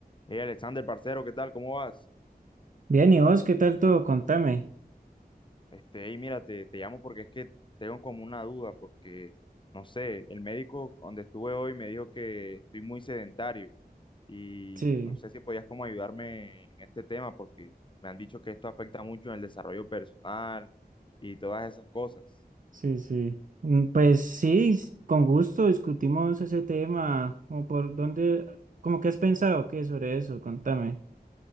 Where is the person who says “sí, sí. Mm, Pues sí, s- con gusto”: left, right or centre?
Right